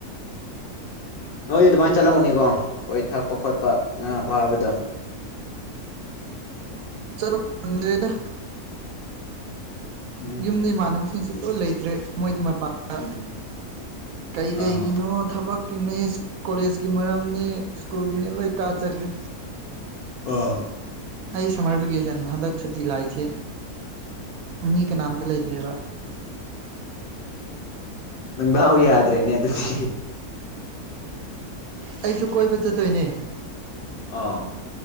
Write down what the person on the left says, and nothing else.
ꯅꯣꯏꯗꯤ ꯑꯗꯨꯃꯥꯏꯅ ꯆꯠꯂꯝꯒꯅꯤꯀꯣ ꯈꯣꯏ ꯊꯛꯄ ꯈꯣꯠꯄ ꯉꯥ ꯐꯥꯕꯗꯣ
ꯎꯝ
ꯎꯝ
ꯑꯥ
ꯑꯥ
ꯅꯗꯥꯎ ꯌꯥꯗ꯭ꯔꯦꯅꯦ ꯑꯗꯨꯗꯤ
ꯑꯣ